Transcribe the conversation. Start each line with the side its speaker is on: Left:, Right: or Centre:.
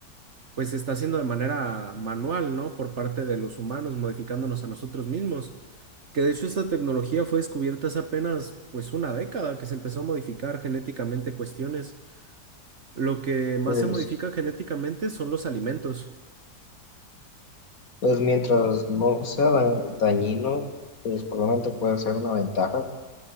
Right: pues se está haciendo de manera manual, ¿no? Por parte de los humanos, modificándonos a nosotros mismos, que de hecho esta tecnología fue descubierta hace apenas, pues, una década que se empezó a modificar genéticamente cuestiones. Lo que más
Left: Pues,
Right: se modifica genéticamente son los alimentos.
Left: pues mientras no sea da- dañino, pues probablemente puede ser una ventaja.